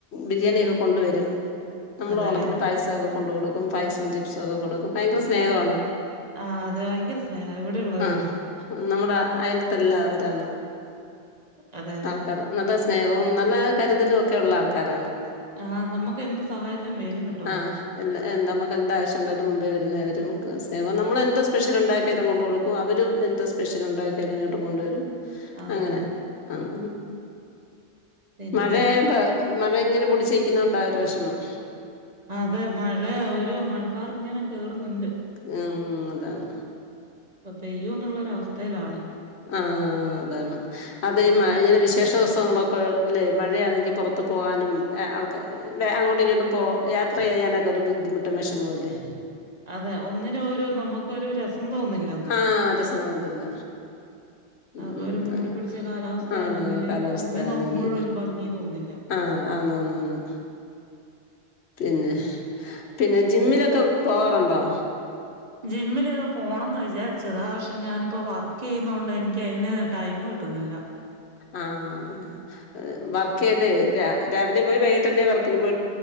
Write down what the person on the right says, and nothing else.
അതെല്ലേ
ആഹ് അതെ ഭയങ്കര സ്നേഹ എവിടെയുള്ളവരും
അതെ
അതേല്ലേ?
ആഹ് നമ്മക്ക് എ എന്ത് സഹായത്തിനും വരും കേട്ടോ
അതന്നെ
പിന്നെ
അതെ മഴയ ഒരു മഴക്കാറിങ്ങനെ കേറുന്നുണ്ട്
ഇപ്പൊ പെയ്യൂന്നുള്ളൊര് അവസ്ഥയിലാണ്
അതെ ഒന്നിനും ഒരു നമ്മക്കൊരു രസം തോന്നുന്നില്ല
ആകെ ഒരു മൂടി
പിടിച്ച കാലാവസ്ഥയാണെങ്കില്
പുറമേ നോക്കുമ്പോഴും ഒരു ഭംഗി തോന്നില്ല.
ജിമ്മില് പോണംന്ന് വിചാരിച്ചതാ പക്ഷെ ഞാനിപ്പോ വർക്ക് ചെയ്യുന്നോണ്ട് എനിക്ക് അതിന് ടൈം കിട്ടുന്നില്ല